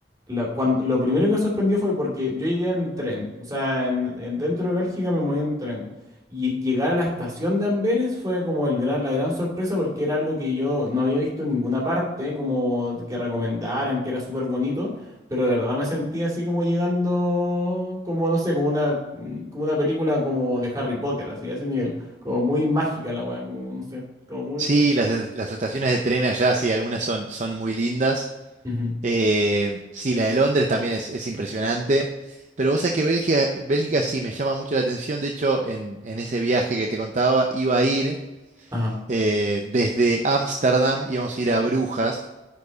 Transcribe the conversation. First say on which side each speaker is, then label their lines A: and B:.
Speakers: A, on the right; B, on the right.
A: la- cuan- lo primero que me sorprendió fue porque yo llegué en tren, o sea, en- en- dentro de Bélgica me moví en tren. Y llegar a la estación de Amberes fue como el gran- la gran sorpresa porque era algo que yo no había visto en ninguna parte, como que recomendaran, que era súper bonito, pero de verdad me sentí así como llegando, como no sé, como una, mm, como una película como de Harry Potter, así, a ese nivel, como muy mágica la weá, como no sé, como muy...
B: Sí, las, es- las estaciones de tren allá, sí, algunas son, son muy lindas.
A: Ujú,
B: Eh, sí, la de Londres también es, es impresionante. Pero vos sabés que Bélgica, Bélgica sí me llama mucho la atención. De hecho, en, en ese viaje que te contaba, iba a ir
A: Ajá.
B: eh, desde Ámsterdam, íbamos a ir a Brujas